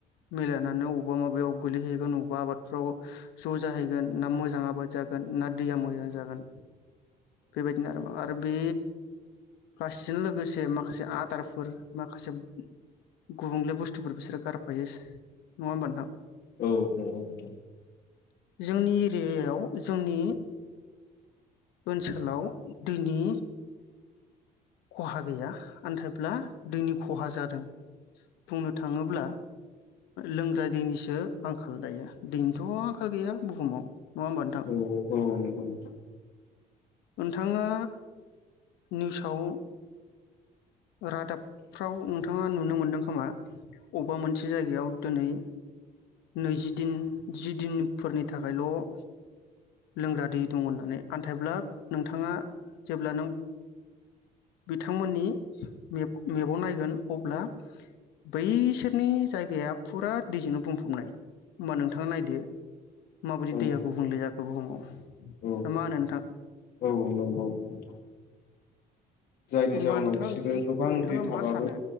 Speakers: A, on the left (about 90°); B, on the left (about 65°).
A: मिलायानानै अबेबा माबायाव गोलैहैगोन अबेबा आबादफ्राव ज' जाहैगोन ना मोजां आबाद जागोन ना दैया मोजां जागोन बेबायदिनो आरो मा बे प्लास्टिकजों लोगोसे माखासे आदारफोर माखासे गुबुंले बुस्थुफोर बिसोरो गारफायो नङा होमबा नोंथां
B: औ नंगौ नोंथां
A: जोंनि एरियायाव जोंनि ओनसोलाव दैनि खहा गैया आन्थायाइब्ला दैनि खहा जादों बुंनो थाङोब्ला लोंग्रा दैनिसो आंखाल दायो दैनिथ' आंखाल गैया बुहुमाव नङा होमबा नोंथां
B: औ औ नंगौ नोंथां
A: नोंथाङा निउसाव रादाबफ्राव नुनो मोनदों खोमा अबेबा मोनसे जायगायाव दोनै नैजि दिन जि दिनफोरनि थाखायल' लोंग्रा दै दङ होननानै आन्थायाइब्ला नोंथाङा जेब्ला नों बिथांमोननि मेप मेपआव नायगोन अब्ला बैसोरनि जायगाया फुरा दैजोंनो बुंफबनाय होमबा नोंथाङा नायदो माबादि
B: औ
A: दैया गुबुंले जाखो बुहुमाव
B: औ
A: ना मा होनो नोंथां
B: औ नंगौ नगौ जायनि
A: होमबा
B: जाउनाव
A: नोंथां
B: बिसोरो गोबां
A: नोंथाङा
B: दै थाबाबो
A: मा सानो